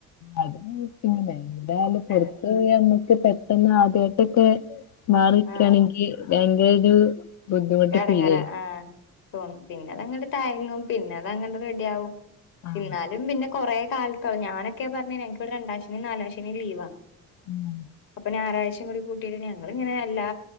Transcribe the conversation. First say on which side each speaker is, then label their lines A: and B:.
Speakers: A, on the left (about 50°); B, on the left (about 70°).
A: അതൊരു മിസ്സിംഗ് തന്നെ എവിടായാലും പൊറത്ത്
B: ആഹ്
A: പോയാ നമ്മക്ക് പെട്ടന്ന് ആദ്യായിട്ടൊക്കെ മാറി നിക്കാണെങ്കി
B: ആഹ്
A: ഭയങ്കര ഒരു ബുദ്ധിമുട്ട്
B: എടങ്ങേറാ
A: ഫീൽ ചെയ്യും
B: ആഹ് തോന്നും പിന്നെ അത് അങ്ങട് തഴങ്ങും പിന്നെ അത് അങ്ങനെ റെഡിയാവും
A: ആഹ്
B: എന്നാലും പിന്നെ കൊറേ കാല ക്കെ ഞാനൊക്കെ പറഞ്ഞയിഞ്ഞ എനിക്ക്‌വിടെ രണ്ടാം ശനീം നാലാം ശനീം ലീവാ
A: ഉം
B: അപ്പൊ ഞായറാഴ്ചയും കൂടി കൂ ട്ടിയിട്ട് ഞങ്ങള് ഇങ്ങനെ എല്ലാ